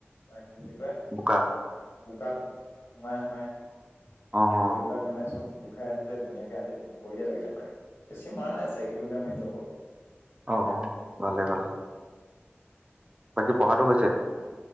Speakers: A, on the left; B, on the right.
A: কি বুলি কয়
B: বোকা
A: বোকাত সোমাই-সোমাই,
B: অ অ',
A: ভৰি বিলাক মানে চব খোল খাই আছিলে ধুনীয়াকে আজি বঢ়িয়া লাগিলে কৰি আমাৰ। বেছি মৰা নাই চাৰি কিলোমিটাৰ মাৰিলো অকল,
B: অ অ ভালে ভালে। বাকী পঢ়াটো হৈছে।